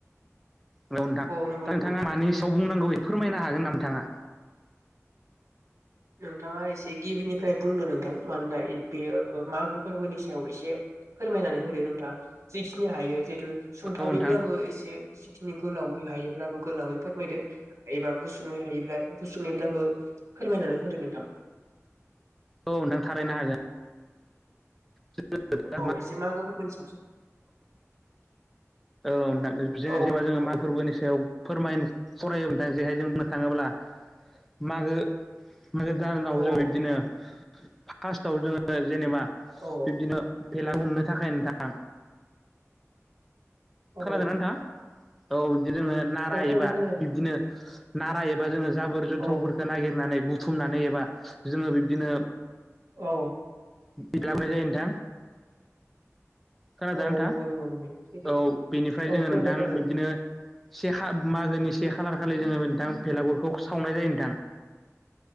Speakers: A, in the centre; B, on the right (about 65°).
A: औ नोंथां
B: नंगौ
A: नोंथाङा
B: नंगौ
A: मानि सायाव बुंनांगौ बे फोरमायनो
B: औ
A: हागोन नामा नोंथाङा
B: नोंथाङा एसे गिबिनिफ्राय बुंदों नोंथां मानोना बेयो मागो फोरबोनि सायाव एसे फोरमायनानै होदो नोंथां जिखिनि हायो जितु सुंथाबैब्लाबो
A: औ नोंथां
B: एसे जिखिनि गोलावै हायोब्लाबो गोलावै फोरमायदो एबा गुसुङै हायोब्ला गुसुङैब्लाबो फोरमायनानै होदो नोंथां।
A: औ, नोंथां थारैनो हागोन। <unintelligible>
B: औ एसे मागो फोरबोनि सायावसो
A: औ नोंथां जोङो
B: औ
A: जेबा
B: नोंथां औ
A: मागो फोरबोनि सायाव फोरमायनो सावरायनो नोंथां। जेरैहाय जों बुंनो थाङोब्ला मागो-मागो दानाव
B: औ
A: जों बिब्दिनो फास्थआव जोङो जेनेबा
B: औ
A: बिब्दिनो भेला हमनो थाखाय नोंथां,
B: औ
A: खोनादों नोंथाङा? औ बिदि जोङो नारा
B: औ खोनादों
A: एबा
B: खोनादों
A: बिब्दिनो नारा एबा जोङो जाबोर जोनथ्र'फोरखौ
B: औ
A: नागिरनानै बुथुमनानै एबा जोङो बिब्दिनो
B: औ।
A: बिदिनो लाबोनाय जायो नोंथां खोनादों
B: औ
A: नोंथां
B: नंगौ नंगौ नंगौ। सैथो
A: औ बेनिफ्राय
B: औ
A: जोङो
B: खोनादों
A: नोंथां
B: खोनादों
A: बिब्दिनो से हा-मागोनि से खालार खालि जोङो नोंथां भेलागुरखौ सावनाय जायो नोंथां।